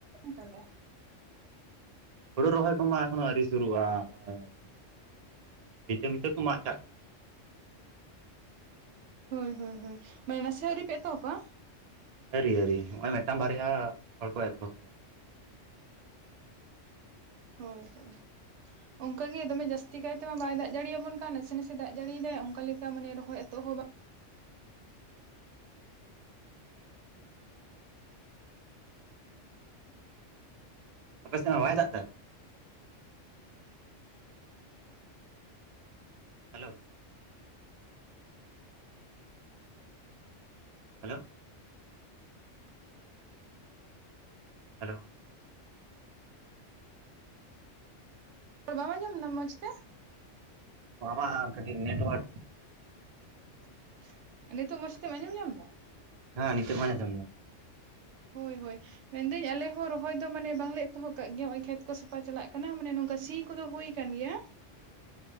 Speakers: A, on the right; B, on the right.
A: ᱛᱟᱦᱚᱞᱮ
B: ᱦᱳᱲᱩ ᱨᱚᱦᱚᱭ ᱠᱚᱢᱟ ᱮᱠᱷᱚᱱᱳ ᱟᱹᱨᱤ ᱥᱩᱨᱩᱜᱼᱟ ᱱᱚᱜ-ᱚᱭ ᱵᱷᱤᱛᱟᱹ ᱢᱤᱛᱟᱹ ᱠᱚ ᱢᱟᱜ ᱪᱟᱜ ᱠᱟᱱᱟ
A: ᱦᱳᱭ ᱦᱳᱭ ᱦᱳᱭ ᱢᱟᱱᱮ ᱱᱟᱥᱮ ᱦᱚᱸ ᱟᱹᱣᱨᱤ ᱯᱮ ᱮᱛᱚᱦᱚᱵᱟ
B: ᱟᱨᱤ ᱟᱨᱤ ᱱᱚᱜ-ᱚᱭ ᱢᱤᱫᱴᱟᱝ ᱵᱟᱨᱭᱟ ᱦᱚᱲ ᱠᱚ ᱮᱛᱚᱦᱚᱵ ᱫᱟ
A: ᱦᱳᱭ ᱦᱳᱭ
B: <inaudible>
A: ᱚᱱᱠᱟᱜ ᱜᱮ ᱫᱚᱢᱮ ᱡᱟᱹᱥᱛᱤ ᱠᱟᱭᱛᱮᱢᱟ ᱵᱟᱭ ᱫᱟᱜ ᱡᱟᱲᱤᱭᱟ ᱟᱵᱚᱱ ᱠᱟᱱ ᱱᱟᱥᱮ ᱱᱟᱥᱮ ᱫᱟᱜ ᱡᱟᱹᱲᱤᱭᱫᱟᱭ ᱚᱱᱠᱟ ᱞᱮᱠᱟ ᱢᱟᱱᱮ ᱨᱚᱦᱚᱭ ᱮᱛᱚᱦᱚᱵ ᱦᱚᱸ ᱵᱟᱝ
B: ᱟᱯᱮ ᱥᱮᱫ ᱦᱚᱸ ᱵᱟᱭ ᱫᱟᱜ ᱮᱫᱟᱭ ᱦᱮᱞᱳᱣ ᱦᱮᱞᱳᱣ ᱦᱮᱞᱳᱣ
A: ᱟᱨ ᱵᱟᱢ ᱟᱸᱡᱚᱢᱫᱟ ᱢᱚᱡᱽ ᱛᱮ?
B: ᱟᱢᱟᱜ ᱠᱟᱹᱴᱤᱡ ᱱᱮᱴᱣᱟᱨᱠ
A: <inaudible> ᱱᱤᱛᱳᱜ ᱢᱚᱸᱡᱽ ᱛᱮᱢ ᱟᱸᱡᱚᱢ ᱧᱟᱢᱫᱟ?
B: ᱦᱮᱸ ᱱᱤᱛᱚᱜ ᱢᱟᱧ ᱟᱸᱡᱚᱢ ᱮᱫᱟ ᱾
A: ᱦᱳᱭ ᱦᱳᱭ ᱢᱮᱱᱫᱟᱹᱧ ᱟᱞᱮ ᱦᱚᱸ ᱨᱚᱦᱚᱭ ᱫᱚ ᱢᱟᱱᱮ ᱵᱟᱝᱞᱮ ᱮᱛᱚᱦᱚᱵ ᱠᱟᱫ ᱜᱮᱭᱟ ᱱᱚᱜ ᱚᱭ ᱠᱷᱮᱛ ᱠᱚ ᱥᱟᱯᱷᱟ ᱪᱟᱞᱟᱜ ᱠᱟᱱᱟ ᱢᱟᱱᱮ ᱱᱚᱝᱠᱟ ᱥᱤ ᱠᱚᱫᱚ ᱦᱩᱭ ᱠᱟᱱ ᱜᱮᱭᱟ